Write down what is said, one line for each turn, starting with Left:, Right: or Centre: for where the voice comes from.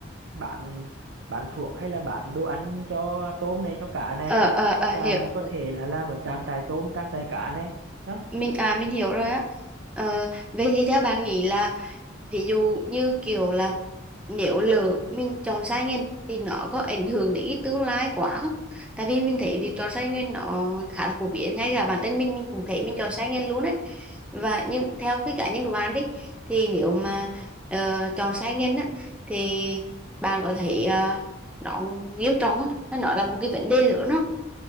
Right: bán bán thuốc hay là bán đồ ăn cho tôm này cho cá này
Centre: ờ, ờ,
Right: hoặc
Centre: ờ, hiểu.
Right: là mình có thể là làm ở trang trại tôm trang trại cá này đó
Centre: Mình à mình hiểu rồi á. Ờ, vậy thì theo bạn nghĩ là ví dụ như kiểu là nếu lỡ mình chọn sai ngành thì nó có ảnh hưởng đến cái tương lai quá không? Tại vì mình thấy việc chọn sai ngành nó khá là phổ biến ngay cả bản thân mình mình cũng thấy mình chọn sai ngành luôn đấy. Và nhưng theo cái cá nhân của bạn đi thì nếu mà ờ, chọn sai ngành á thì bạn có thấy ờ, nó nghiêm trọng không? Nó là một cái vấn đề lớn không?